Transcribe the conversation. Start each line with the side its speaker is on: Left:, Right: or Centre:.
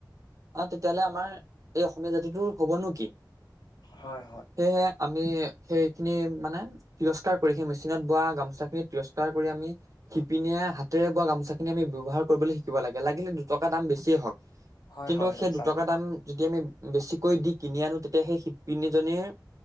Right: অ তেতিয়াহ'লে আমাৰ এই অসমীয়া জাতিটোৰ হবনো কি?
Left: হয়
Right: সেয়েহে আমি সেইখিনি মানে তিৰস্কাৰ কৰি সেই মেচিনত বোৱা গামোচা খিনি তিৰস্কাৰ কৰি আমি শিপিনীয়ে হাত ৰে বোৱা গোমোখিনি আম ব্যৱহাৰ কৰিবলৈ শিকিব লাগে লাগিলে দুটকা দাম বেছিয়ে হওক।
Left: হয়
Right: কিন্তু
Left: হয় হয় হয় হয় হয় হয়
Right: সেই
Left: হয় উম হয় সেইটো হয় হয় হয় হয় হয় সেইটো সঁচা
Right: দুটকা
Left: কথা
Right: দাম যদি আমি বেছিকৈ দি কিনি আনো তেতিয়া সেই শিপিনীজনীৰ